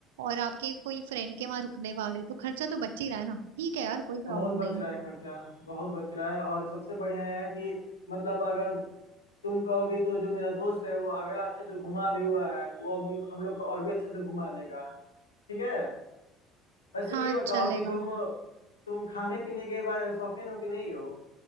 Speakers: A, on the right (about 75°); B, on the left (about 85°).
A: और आपके कोई फ्रेंड के वहां रुकने वाले तो खर्चा तो बच ही रहा है ना ठीक है यार कोई प्रॉब्लम
B: बहुत बच
A: नहीं
B: रहा
A: है
B: है खर्चा बहुत बच रहा है और सबसे बढ़िया है कि मतलब अगर तुम कहोगे तो जो मेरा दोस्त है वो आगरा अच्छे से घुमा भी हुआ है वो अब हम लोग को और भी अच्छे से घुमा देगा ठीक है वैसे
A: हाँ
B: ये बताओ
A: चलेगा
B: कि तुम तुम खाने पीने के बारे में शौकीन हो कि नहीं हो